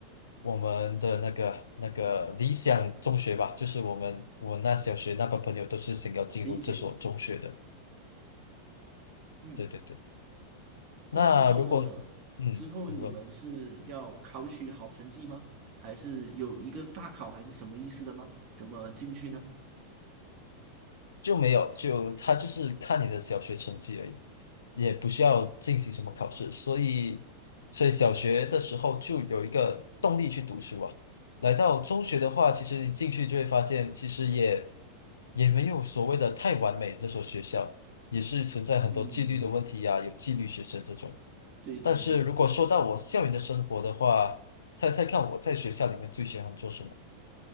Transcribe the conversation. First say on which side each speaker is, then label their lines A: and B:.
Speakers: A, on the left; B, on the right.
A: 我们的那个那个理想中学吧，就是我们我那小学那帮朋友都是想要进入这所中学的。
B: 理解，嗯，
A: 对对对，
B: 那么之后你们是要考取好成绩吗？
A: 那如果嗯，你问。
B: 还是有一个大考，还是什么意思的吗？怎么进去呢？
A: 就没有，就他就是看你的小学成绩而已，也不需要进行什么考试，所以所以小学的时候就有一个动力去读书啊。来到中学的话，其实你进去就会发现，其实也也没有所谓的太完美，这所学校也是存在很多纪律的问题呀、
B: 嗯，
A: 有纪律学生这种。
B: 对对对，
A: 但是如果说到我校园的生活的话，猜猜看我在学校里面最喜欢做什么？